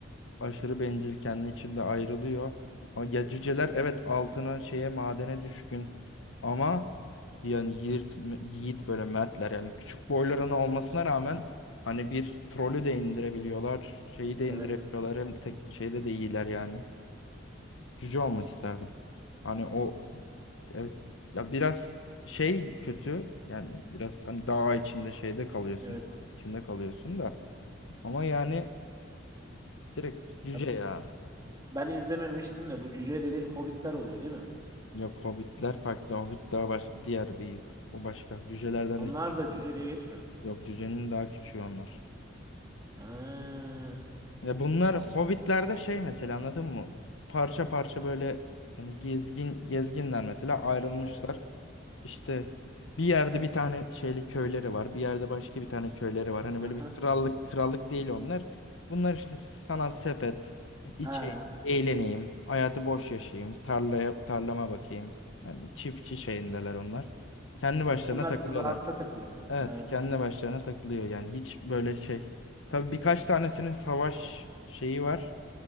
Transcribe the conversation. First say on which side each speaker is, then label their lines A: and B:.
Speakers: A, on the left; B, on the right.
A: aşırı bencil kendi içinde ayrılıyor. Ama Ya cüceler evet altına şeye madene düşkün ama yani yiğit, yiğit böyle mertler yani küçük boylarına olmasına rağmen hani bir trolü de indirebiliyorlar şeyi de
B: Evet.
A: indirebiliyorlar hem tek şeyde de iyiler yani. Cüce olmak isterdim. Hani o evet ya biraz şey kötü yani biraz hani dağ içinde şeyde kalıyorsun
B: Evet.
A: içinde kalıyorsun da ama yani direkt cüce
B: Ya
A: ya.
B: ben izlememiştim de bu cüce dediğin hobbitler oluyor değil mi?
A: Yok hobbitler farklı hobbit daha baş, diğer bir o başka cücelerden
B: Onlar
A: de küçük.
B: da cüce diye geçmiyor mu?
A: Yok cücenin daha küçüğü onlar.
B: Ha.
A: Ya bunlar
B: Hobbit.
A: Hobbit'lerde şey mesela anladın mı? Parça parça böyle hani gezgin gezginler mesela ayrılmışlar.
B: Evet.
A: İşte bir yerde bir tane şeyli köyleri var. Bir yerde başka bir tane köyleri var. Hani
B: Aha.
A: böyle bir krallık krallık değil onlar. Bunlar işte sanat sepet, içi
B: Ha.
A: eğleneyim, hayatı boş yaşayayım, tarlaya tarlama bakayım. Yani çiftçi şeyindeler onlar. Kendi başlarına
B: Bunlar
A: takılıyorlar.
B: rahatta takılıyor.
A: Evet,
B: Ha.
A: kendi başlarına takılıyor. Yani hiç böyle şey. Tabii birkaç tanesinin savaş şeyi var.